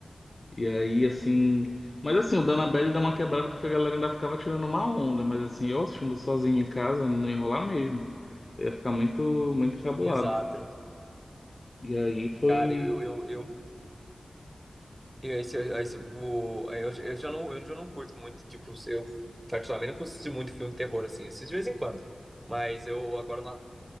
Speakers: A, on the left; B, on the right.
A: E aí, assim. Mas assim, o da Annabelle dá uma quebrada porque a galera ainda ficava tirando uma onda. Mas assim, eu assistindo sozinho em casa, não ia rolar mesmo. Eu ia ficar muito, muito encabulado.
B: Exato.
A: E aí foi.
B: Cara, eu. eu, eu, eu, esse, esse, o, eu, eu já não, eu já não curto muito, tipo, eu particularmente não assisto muito filme terror, assim, assisto de vez em quando. Mas eu agora na